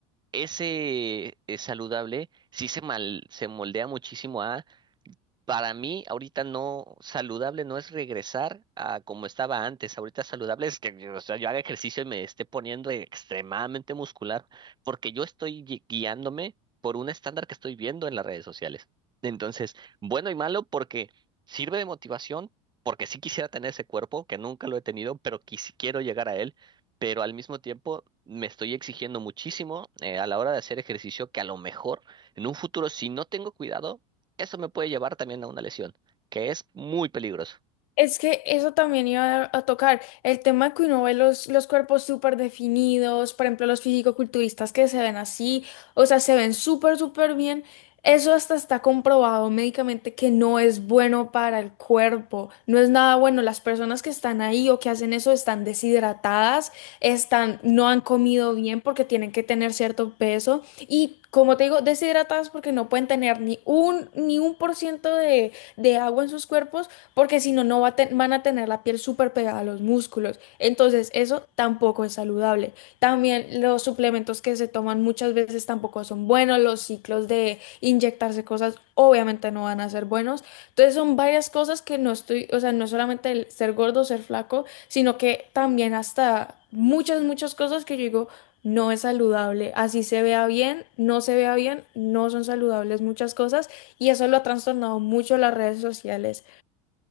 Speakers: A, on the right; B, on the left.
A: ese eh, saludable sí se mal, se moldea muchísimo a... Para mí, ahorita no, saludable no es regresar a como estaba antes. Ahorita saludable es que yo, o sea, yo haga ejercicio y me esté poniendo extremadamente muscular, porque yo estoy gui- guiándome por un estándar que estoy viendo en las redes sociales. Entonces, bueno y malo porque sirve de motivación, porque sí quisiera tener ese cuerpo, que nunca lo he tenido, pero quis- quiero llegar a él, pero al mismo tiempo me estoy exigiendo muchísimo eh, a la hora de hacer ejercicio que a lo mejor en un futuro, si no tengo cuidado, eso me puede llevar también a una lesión, que es muy peligroso.
B: Es que eso también iba a, tocar. El tema que uno ve los, los cuerpos súper definidos, por ejemplo, los fisicoculturistas que se ven así, o sea, se ven súper, súper bien. Eso hasta está comprobado médicamente que no es bueno para el cuerpo, no es nada bueno. Las personas que están ahí o que hacen eso están deshidratadas, están, no han comido bien porque tienen que tener cierto peso y, como te digo, deshidratadas porque no pueden tener ni un, ni un por ciento de de agua en sus cuerpos porque si no, no va a te- van a tener la piel súper pegada a los músculos. Entonces, eso tampoco es saludable. También los suplementos que se toman muchas veces tampoco son buenos, los ciclos de inyectarse cosas obviamente no van a ser buenos. Entonces, son varias cosas que no estoy, o sea, no es solamente el ser gordo, ser flaco, sino que también hasta muchas, muchas cosas que yo digo. No es saludable, así se vea bien, no se vea bien, no son saludables muchas cosas y eso lo ha trastornado mucho las redes sociales.